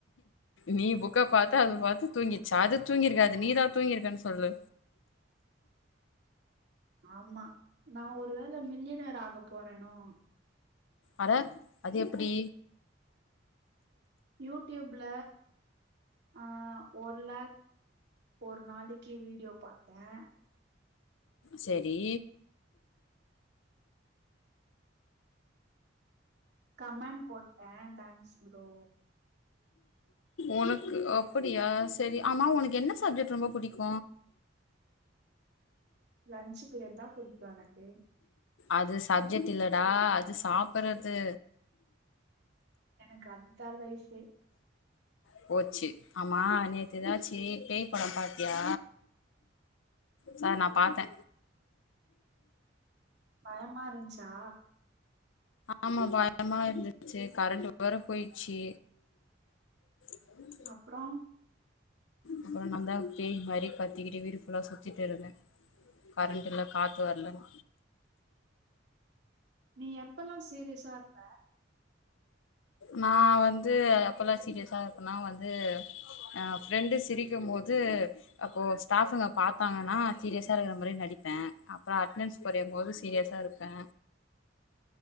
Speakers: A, on the left; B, on the right.
A: நீ புக்க பாத்த அது பாத்து தூங்கிச்சா அது தூங்கிருக்காது நீதா தூங்கிற்க்கன் சொல்லு
B: ஆமா நா ஒருவேள மில்லியனர் ஆக போறேனோ
A: அற அது எப்படி
B: யூட்யூப்ல ஆ ஒரு லேக் ஒர் நாளிக்கு வீடியோ பாத்தே
A: செரி
B: கமண் போட்டே டேங்க்ஸ் ப்ரோ
A: உனக்கு அப்படியா சரி ஆமா உனக்கு என்ன சப்ஜெக்ட் ரொம்ப பிடிக்கு
B: லன்ச்சு பீரியட் தா புடிக்கு எனக்கு
A: அது சப்ஜெக்ட் இல்லடா அது சாப்பறது
B: எனக்கு அதுதா ஃலைப்பே
A: போச்சு ஆமா நேத்து ஏதாச்சு பேய் படம் பாத்தியா சா நா பாத்தே
B: பயமா இருந்ச்சா
A: ஆமா பயமா இருந்துச்சு கரண்ட் வேர போய்ச்சி ரும்
B: அப்றோ
A: அப்றோ நாந்தா பேய் மாரி கத்திக்கிட்டு வீடு ஃபுல்லா சுத்திட்டுருந்தே கரண்ட் இல்ல காத்து வரலன்
B: நீ எப்பெல்லா சீரியஸ்ஸா இருப்பே
A: நா வந்து எப்பல்லா சீரியஸா இருக்கனா வந்து அ ஃப்ரெண்டு சிரிக்குமோது அப்போ ஸ்டாஃப்ங்க பாத்தாங்கன்னா சீரியஸா இருக்குற மாரி நடிப்பே அப்ற அட்னன்ஸ் கொற்யம்போது சீரியஸா இருப்பே